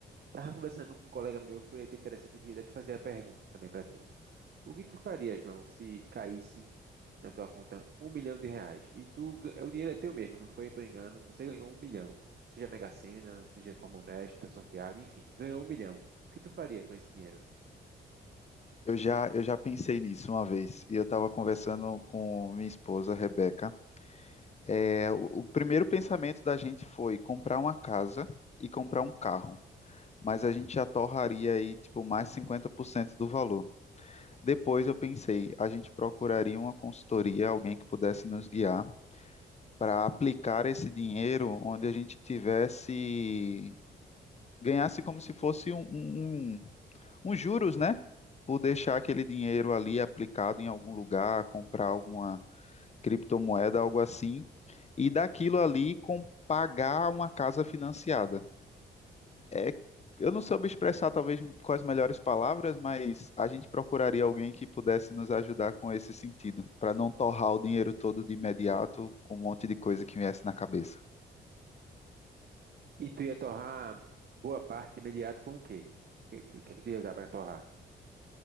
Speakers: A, on the right; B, on the left.
A: tava conversando com um colega meu, foi até interessante, eu queria até te fazer a pergunta também pra tu. O que tu faria, João, se caísse na tua conta um milhão de reais? E tu, ga- o dinheiro é teu mesmo, não foi por engano, você ganhou um milhão. Seja Mega Sena, seja de forma honesta, sorteado, enfim, ganhou um milhão. O que tu faria com esse dinheiro?
B: Eu já, eu já pensei nisso uma vez e eu estava conversando com minha esposa, Rebeca. É, o, o primeiro pensamento da gente foi comprar uma casa e comprar um carro, mas a gente já torraria aí tipo mais 50% do valor. Depois eu pensei, a gente procuraria uma consultoria, alguém que pudesse nos guiar para aplicar esse dinheiro onde a gente tivesse, ganhasse como se fosse um, um um uns juros, né? Por deixar aquele dinheiro ali aplicado em algum lugar, comprar alguma criptomoeda, algo assim, e daquilo ali com pagar uma casa financiada. É, eu não soube expressar talvez com as melhores palavras, mas a gente procuraria alguém que pudesse nos ajudar com esse sentido, para não torrar o dinheiro todo de imediato com um monte de coisa que viesse na cabeça.
A: E tu ia torrar boa parte imediato com o quê? O que tu, o que é que tu ia usar para torrar?